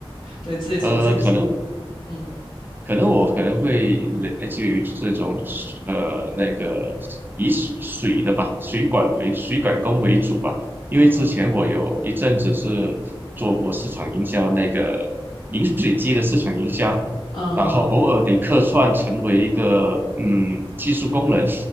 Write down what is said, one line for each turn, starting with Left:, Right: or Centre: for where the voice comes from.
Left: 对自己从自己，
Right: 呃，可能
Left: 嗯
Right: 可能我可能会类基于这种呃那个以水的吧，水管为水管工为主吧，因为之前我有一阵子是
Left: 嗯
Right: 做过市场营销，那个饮水机的市场营销，
Left: 嗯。
Right: 然后偶尔得客串成为一个嗯技术工人。